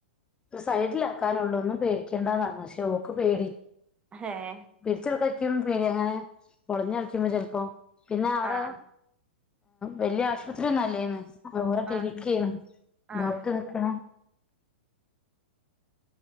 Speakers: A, on the left; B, on the right.
A: സൈഡിലാക്കാനള്ള ഒന്നും പേടിക്കേണ്ടന്നാണ് പക്ഷെ ഓക്ക് പേടി.
B: ഏഹ്
A: പിടികൊടുക്കാൻ കിക്കും പേടി അങ്ങനെ പുളഞ്ഞ കളിക്കുമ്പോ ചെിലപോ പിന്നെ അവിടെ
B: ആഹ്
A: വലിയ ആശുപത്രി ഒന്നുംല്ലേന്ന്. ആ ഒരേ കിലിനികെയിനി
B: ആഹ് ആഹ് ആഹ്
A: ഡോക്ടർ നിക്നെ